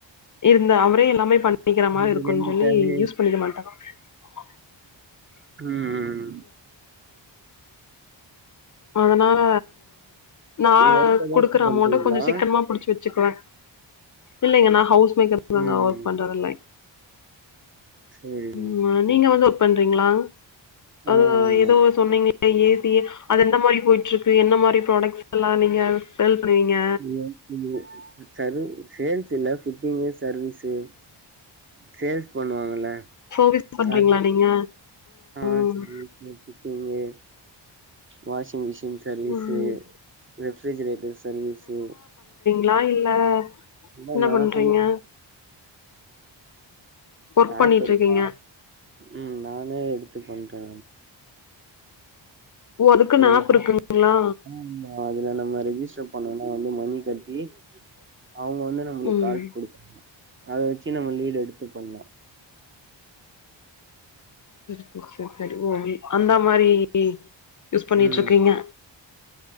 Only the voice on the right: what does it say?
உங்களுக்கு
எந்த
தேவையும்
உம்
ஒர்க் ஏதாச்சு
பண்றீங்களா
ம்
சேரிங்க
சிஸ்டர்
ஆமா
<inaudible> சரு சேல் ல பிட்டிங்க் சர்வீஸு சேல்ஸ் பண்ணுவாங்கல
அ <inaudible>
ஆ
service fitting washing machine service
ரெஃபிரிஜரேட்டர் சர்வீஸு
இல்ல
நா
சொன் <inaudible>
ஆப் இருக்க
உம் நானே எடுத்து பண்றே
அதுல
ம் அதுல நம்ம ரெஜஸ்டர் பண்ணனு மணி கட்டி அவங்க வந்து நம்மளுக்கு
கார்ட் கொடுக்கணு அத வச்சு நம்ம லீடு எடுத்து பண்லா
உம்